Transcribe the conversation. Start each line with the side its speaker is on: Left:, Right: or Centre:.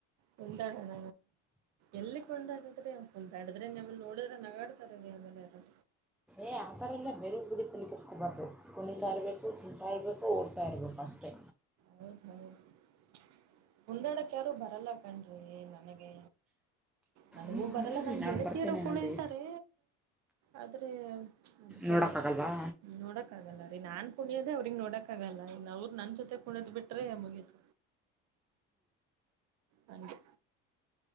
Right: ಕುಂದಾಡನ ಎಲ್ಲಿ ಕುಂದಾಡಿದ್ರೆ ಹೊಂದಾಡಿದ್ರೆ ನಮ್ಮ ನೋಡಿದ್ರೆ ನಗಾಡ್ತಾರೆಲ್ಲಿ ಆಮೇಲೆಾರ
Centre: ೇ ಆ ಥರಲ್ಲ ಬೇರೆೊಬ್ಬಡುಗ ತಲ್ಲಿ ಕೊಟ್ಟಿಸಸ್ಕೊಬಾರ್ದು ಕುಣಿತಾ ಇರಬೇಕು ತಿಂತಾಯ ಇರಬೇಕು ಓಡ್ತಾ ಇರಬೇಕು ಅಷ್ಟೇ
Right: ಹೌದು ಹೌದು <unintelligible> ಹೊಂದಾಡಕ ಯಾರು ಬರಲ್ಲ ಕಣ್ರಿ ನನಗೆ ನನಗೂ
Centre: ನೀವು
Right: ಬರಲ್ಲ
Centre: ಕರೀರಿ
Right: ನನ್
Centre: ನಾನು
Right: ಗೆಳತಿಯರು
Centre: ಬರ್ತೇನೆ
Right: ಕುಳಿತಾರೆ
Centre: ನೋಡಿ
Right: ಆದ್ರೆ ಅದ ಸರಿ
Centre: ನೋಡೋಕ್ಕಾಗಲ್ವಾ
Right: ನೋಡಕ್ ಆಗಲ್ಲ ರೀ ನಾನ್ ಕುಣಿಯೋದೇ ಅವ್ರಿಗೆ ನೋಡಕಕ್ಕಾಗಲ್ಲ ಇನ್ ಅವ್ರ ನನ್ ಜೊತೆ ಕುಣ್ಯ್ ಬಿಟ್ರೆ ಮುಗಿಯತ ಹಂಗೆ